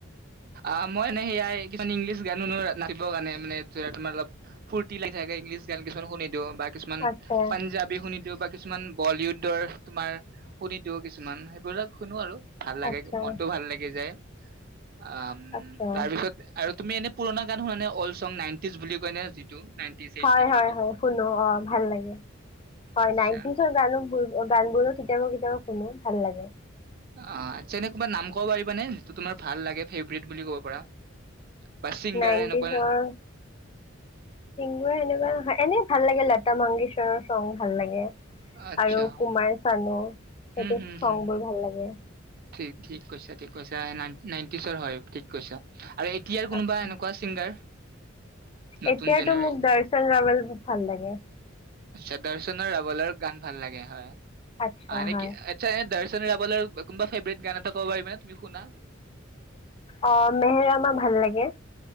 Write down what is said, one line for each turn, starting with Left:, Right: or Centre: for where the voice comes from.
Right: অ মই মানে সেয়াই কিছুমান ইংলিছ গান শুনো নাচিবৰ কাৰণে মানে ধ তোমাৰ অলপ ফুৰ্তি লাগি থাকে ইংলিছ গান কিছুমান শুনি দিও বা কিছুমান
Left: আচ্ছা
Right: পাঞ্জাবী শুনি দিও ব কিছুমান বলিউডৰ তোমাৰ শুনি দিও কিছুমান সেইবিলাক শুনো আৰু ভাল লাগে
Left: আচ্ছা
Right: মনতটো ভাল লাগি যায়। উ
Left: আচ্ছা
Right: তাৰপিছত আৰু তুমি এনে পুৰা গান শুনা নে অল্ চং নাইনটিজ বুলি কয়নেে যিটো নাইনটিজ
Left: হয়
Right: এইটিজ
Left: হয়
Right: বুলি
Left: হয় শুনো অ ভাল লাগে হয়
Right: আচ্ছা
Left: নটিজৰ গানো। অ গান বোৰো কেতিয়াবা কেতিয়াবা শুনো ভাল লাগে।
Right: অ আচ্ছা এনে কবা নাম কব পাৰিবা নে যিটো তোমাৰ ভাল লাগে। প্ৰিত বুলি ক'ব পাৰা বা ছিংগাৰ
Left: নাইনটিজৰ
Right: এনেকুৱা
Left: মই এনেকুৱা এনেই ভাল লাগে লতা মংগেশ্বৰৰ চং ভাল লাগে।
Right: আচ্ছা
Left: আৰু কুমাৰ চানো সেইটো
Right: হম হম
Left: চং
Right: হম
Left: বোৰ ভাল লাগে।
Right: ঠিক ঠিক কৈছা ঠিক কৈছা নাইনটি চৰ হয় ঠিক কৈছা। আৰু এতিয়াৰ কোনোবা
Left: আচ্ছা
Right: এনেকুৱা ছিংগাৰ নতুন
Left: এতিয়াতো
Right: জেনেৰেচন
Left: মোক দৰ্শন লবলৈ ভাল লাগে
Right: আচ্ছা দৰ্শনৰ ৰাৱলৰ গান ভাল লাগে হয়।
Left: আচ্ছা
Right: আৰে
Left: হয়
Right: কি আচ্ছা দশ। <unintelligible> ফেভৰেট গান এটা ক'ব পাৰিবি ন তুমি শুনা।
Left: অ মেহেৰামা ভাল লাগে।